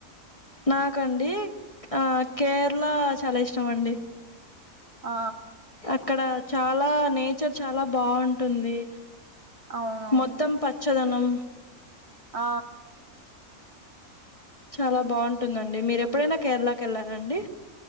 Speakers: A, on the left; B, on the right.
A: నాకండి ఆ కేరళ చాలా ఇష్టం అండి
B: ఆ
A: అక్కడ చాలా నేచర్ చాలా బావుంటుంది
B: అవునవును
A: మొత్తం పచ్చదనం
B: ఆ
A: చాలా బావుంటుందండి మీరు ఎప్పుడైనా కేరళకి ఎళ్ళారండి